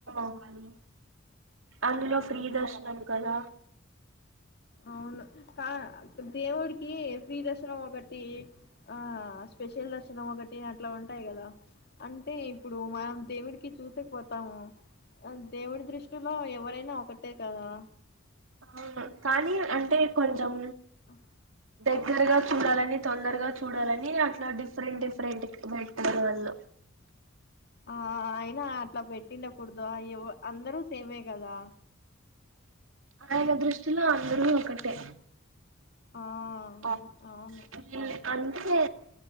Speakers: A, on the right; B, on the left.
A: వాలి అందులో
B: అవును
A: ఫీ దర్శనం కదా
B: అవును కా దేవుడికి స్్రీ దర్శనం ఒకటి ఆ స్పెషల్ దర్శనం ఒకటి అట్లా ఉంటాయి కదా అ అంటే ఇప్పుడు మనం దేవుడికి చూసే పోతాము అ దేవుడి దృష్టిలో ఎవరైనా ఒకటే కదా
A: ఆ కానీ అంటే కొంచెం
B: ఆహ
A: దగ్గరగా చూడాలని తొందరగా చూడాలని అట్లా డిఫరెంట్ డిఫరెంట్ పెట్టారు వాళ్ళు
B: ఆ అయినా అట్లా పెట్టిండకూడదువ అందరూ సేమే కదా
A: అలాగ దృష్టిలో అందరూ ఒకటే
B: ఆ
A: ఆ
B: అవును
A: ఇ అంతే